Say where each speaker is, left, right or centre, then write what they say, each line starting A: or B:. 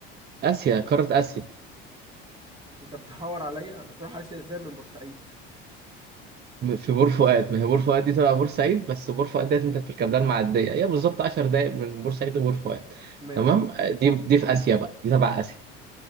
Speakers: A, on the right (about 35°); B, on the right (about 15°).
A: آسيا قارة آسيا
B: انت بتحور عليا هتروح اسيا ازاي من بورسعيد
A: م- في بور فؤاد ما هي بور فؤاد دي تبع بورسعيد بس بور فؤاد ديت أنت بتركب لها المعدية هي بالظبط 10 دقايق من بورسعيد لبور فؤاد
B: ماشي
A: تمام آه، دي دي في آسيا بقى دي تبع آسيا